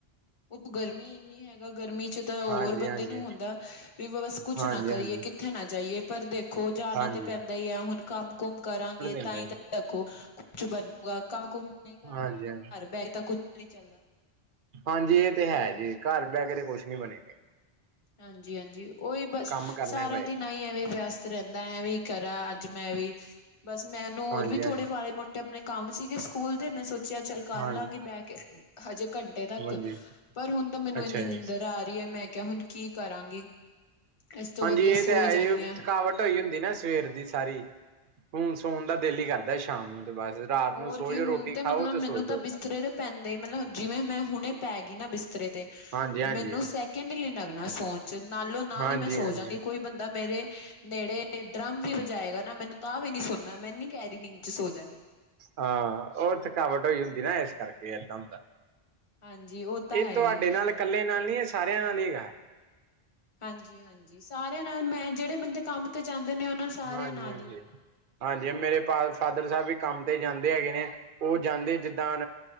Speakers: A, on the left (about 30°); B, on the right (about 60°).
A: ਉਹ ਗਰਮੀ ਇੰਨੀ ਹੈਗਾ, ਗਰਮੀ ਚ ਤਾਂ ਹੋਰ
B: ਹਾਂਜੀ
A: ਬੰਦੇ
B: ਹਾਂਜੀ
A: ਨੂੰ ਹੁੰਦਾ। ਵੀ ਬਸ ਕੁਛ
B: ਹਾਂਜੀ
A: ਨਾ ਕਰੀਏ
B: ਹਾਂਜੀ
A: ਕਿੱਥੇ ਨਾ ਜਾਈਏ, ਪਰ ਦੇਖੋ ਜਾਣਾ
B: ਹਾਂਜੀ
A: ਤਾਂ ਪੈਂਦਾ ਹੀ ਹੈ, ਹੁਣ ਕੰਮ ਕੁਮ ਕਰਾਂਗੇ।
B: ਨਈ।
A: ਤਾਂ ਹੀ ਦੇਖੋ ਕੁਛ ਬਣੂਗਾਮ ਨਹੀਂ ਕਰਾਂਗੇ,
B: ਹਾਂਜੀ ਹਾਂਜੀ
A: ਘਰ ਬਹਿ ਤਾਂ ਕੁਛ ਨਹੀਂ ਚੱਲਦਾ।
B: ਹਾਂਜੀ ਇਹ ਤੇ ਹੈ ਜੀ, ਘਰ ਬਹਿ ਕੇ ਤੇ ਕੁਛ ਨੀ ਬਣੇਗਾ।
A: ਹਾਂਜੀ-ਹਾਂਜੀ ਉਹੀ ਬਸ
B: ਕੰਮ ਕਰਨਾ
A: ਸਾਰਾ
B: ਹੀ ਪਏਗਾ
A: ਦਿਨ ਹੀ ਐਵੇਂ ਵਿਅਸ ਤੇ ਰਹਿਦਾ ਐ ਵੀ ਕਰਾਂ ਅੱਜ ਮੈਂ ਵੀ ਬਸ ਮੈਂ ਇਹਨੂੰ ਹੋਰ
B: ਹਾਂਜੀ
A: ਵੀ
B: ਹਾਂਜੀ
A: ਥੋੜੇ ਮਾੜੇ ਮੋਟੇ ਆਪਣੇ ਕੰਮ ਸੀਗੇ ਸਕੂਲ ਦੇ ਮੈਂ ਸੋਚਿਆ ਚੱਲ ਕਰ
B: ਹਾਂਜੀ
A: ਲਾਂਗੀ, ਬਹਿ ਕੇ, ਹਜੇ ਘੰਟੇ ਤੱਕ
B: ਹਾਂਜੀ
A: ਪਰ ਹੁਣ ਤਾਂ ਮੈਨੂੰ
B: ਅੱਛਾ
A: ਇੰਨੀ ਨਿੰਦਰ
B: ਜੀ
A: ਆ ਰਹੀ ਹੈ, ਮੈਂ ਕਿਹਾ ਹੁਣ ਕੀ ਕਰਾਂਗੀ। ਇਸ ਤੋਂ
B: ਹਾਂਜੀ
A: ਵਧੀਆ
B: ਇਹ
A: ਸੋ
B: ਤਾਂ ਹੈ,
A: ਹੀ ਜਾਂਦੀ
B: ਜੀ
A: ਹਾਂ
B: ਥਕਾਵਟ ਟੋਈ ਹੁੰਦੀ ਨਾ ਸਵੇਰ ਦੀ ਸਾਰੀ ਹੁਣ ਸੋਣ ਦਾ ਦਿਲ ਹੀ ਕਰਦਾ, ਸ਼ਾਮ ਨੂੰ ਤੇ ਬਸ ਰਾਤ
A: ਹੋਰ
B: ਨੂੰ ਸੋ
A: ਕੀ
B: ਜਾਓ ਰੋਟੀ
A: ਹੁਣ ਤੇ
B: ਖਾਓ
A: ਮਤਲਬ ਮੈਨੂੰ
B: ਸੋ ਜਾਓ
A: ਤਾਂ ਬਿਸਤਰੇ
B: ਬਸ
A: ਦੇ ਪੈਂਦੇ ਮਤਲਬ ਜਿਵੇਂ, ਮੈਂ ਹੁਣੇ ਪੈ ਗਈ ਨਾ ਬਿਸਤਰੇ ਤੇ
B: ਹਾਂਜੀ ਹਾਂਜੀ
A: ਮੈਨੂੰ ਸ ਕਿੰਡਲੀ ਲੱਗਣਾ ਸੋਨ ਚ ਨਾਲੋ ਨਾਲ
B: ਹਾਂਜੀ
A: ਹੀ ਮੈਂ ਸੋ
B: ਹਾਂਜੀ
A: ਜਾਾਗੀ, ਕੋਈ ਬੰਦਾ ਮੇਰੇ ਨੇੜੇ ਡਰਮ ਵੀ ਵਜਾਏਗਾ, ਨਾ ਮੈਨੂੰ ਤਾਂ ਵੀ ਨੀ ਸੁਣਨਾ ਮੈਂ ਨੀ ਕਹਿਰੀ ਨੀਂਦ ਚੇ ਸੋ ਜਾਨੀ,
B: ਹਾਂ ਉਹ ਥਕਾਵਟ ਹੋਈ ਹੁੰਦੀ ਨਾ, ਇਸ ਕਰਕੇ ਏਦਾਂ ਹੁੰਦਾ।
A: ਹਾਂਜੀ ਉਹ ਤਾਂ
B: ਇਹ
A: ਹੈ
B: ਤੁਹਾਡੇ
A: ਹੀ
B: ਨਾਲ ਇਕੱਲੇ ਨਾਲ ਨੀ ਇਹ ਸਾਰਿਆਂ ਨਾਲ ਹੀ ਗ
A: ਹਾਂਜੀ-ਹਾਂਜੀ, ਸਾਰਿਆਂ ਨਾਲ ਮੈਂ ਜਿਹੜੇ ਬੰਦੇ ਕੰਮ ਤੇ ਜਾਂਦੇ ਨੇ ਉਹਨਾਂ ਸਾਰਿਆਂ
B: ਹਾਂਜੀ
A: ਨਾਲ
B: ਹਾਂਜੀ
A: ਹੀ ਹੈ।
B: ਹਾਂਜੀ, ਮੇਰੇ ਫ ਫਾਦਰ ਸਾਹਿਬ ਵੀ ਕੰਮ ਤੇ ਜਾਂਦੇ ਹੈਗੇ ਨੇ, ਉਹ ਜਾਂਦੇ ਜਿੱਦਾਂ